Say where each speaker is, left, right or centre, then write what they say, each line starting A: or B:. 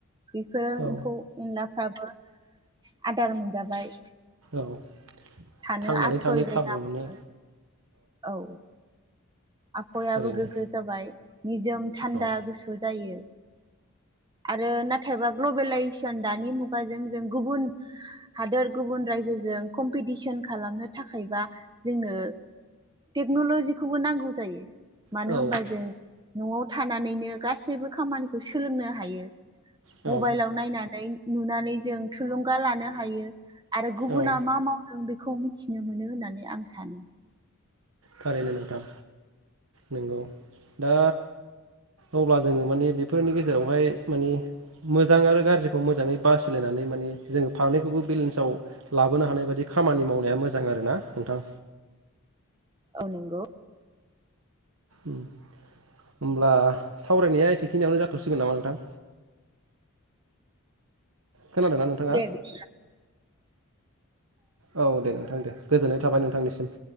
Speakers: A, on the right; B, on the right.
A: बेफोरो
B: औ
A: एम्फौ एनला फ्राबो आदार मोनजाबाय
B: <inaudible>
A: थानो
B: थांनानै
A: आस्रय
B: थानो
A: जायगा
B: खाबु
A: मोनबाय।
B: मोनो
A: औ आफहावायाबो
B: थारैनो
A: गोगो जाबाय निजोम थान्दा
B: औ
A: गुसु जायो। आरो नाथायबा ग्लबेलाइजेसन दानि मुगाजों जों गुबुन हादोर गुबुन रायजोजों कम्पिटिसन खालामनो थाखायबा जोंनो टेक्नलजिखौबो नांगौ जा जायो मानो
B: औ
A: होमबा जों नआव थानानैनो गासैबो खामानिखौ सोलोंनो हायो।
B: औ
A: मबाइलाव नायनानै नुनानै जों थुलुंगा लानो हायो। आरो गुबुना
B: औ
A: मा मावदों बे खौ मिथिनो मोनो होननानै आं सानो।
B: थारैनो नोंथां नोंगौ दा अब्ला जोङो माने बेफोरनि गेजेरावहाय माने मोजां आरो गाज्रिखौ मोजाङै बासिलायनानै माने जोङो फारनैखौबो बेलेन्सआव लाबोनो हानाय बादि खा खामानि मावनाया मोजां आरो ना नोंथां।
A: औ नोंगौ।
B: उम होमब्ला सावरायनाया एसेखिनियावनो जाथ'सिगोन नामा नोंथां? खोनादों ना नोंथाङा?
A: दे
B: औ दे नोंथां दे गोजोननाय थाबाय नोंथांनिसिम।